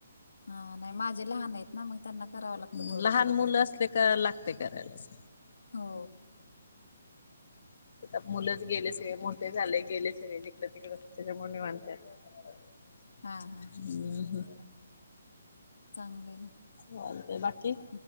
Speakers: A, on the left; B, on the left.
A: हा नाही माझे लहान आहेत ना मग त्यांना करावं लागतं
B: मग
A: थोडं
B: लहान
A: थोडं
B: मुलं
A: काय ते
B: असते कराय लागते करायलाच.
A: हो
B: <inaudible> मुलंच गेले सगळे मो ते झाले गेले सगळे जिकड-तिकड त्याच्यामुळे निवांत आहे. <inaudible>
A: हा हा हा
B: ब ह,
A: चांगले आहे ना.
B: चालतंय बाकी
A: <inaudible>